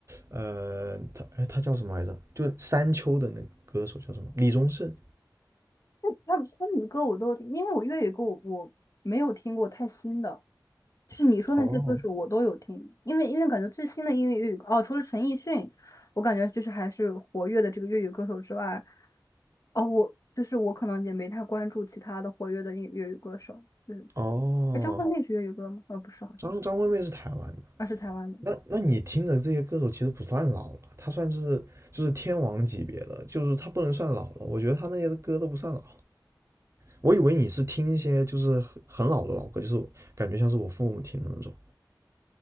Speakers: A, on the right; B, on the left.
A: 呃，他哎，他叫什么来着？就山丘的那个歌手叫什么？李宗盛。
B: 那他他们的歌我都，因为我粤语歌我我没有听过太新的，就是你说那些歌手我都有听，
A: 哦，
B: 因为因为感觉最新的音乐粤语歌哦，除了陈奕迅，我感觉就是还是活跃的这个粤语歌手之外，哦，我就是我可能也没太关注其他的活跃的粤粤语歌手，就是
A: 哦，
B: 哎，张惠妹是粤语歌吗？哦，不是，好像
A: 张张惠妹是台湾的。
B: 那是台湾的歌。
A: 那那你听的这些歌手其实不算老了，他算是就是天王级别的，就是他不能算老了。我觉得他那些歌都不算老。我以为你是听一些就是很很老的老歌，就是感觉像是我父母听的那种。